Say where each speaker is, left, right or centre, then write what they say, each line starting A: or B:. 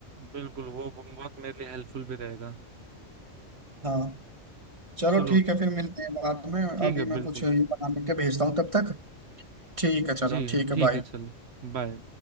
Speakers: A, on the right (about 60°); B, on the right (about 25°).
A: बिल्कुल वो बहुत मेरे लिए हेल्पफुल भी रहेगा
B: हाँ चलो
A: चलो
B: ठीक है फिर मिलते हैं बाद में
A: ठीक
B: अभी
A: है
B: मैं
A: बिल्कुल
B: कुछ ये बना करके भेजता हूँ तब तक ठीक है चलो
A: जी
B: ठीक है
A: ठीक
B: बाय
A: है चलो बाय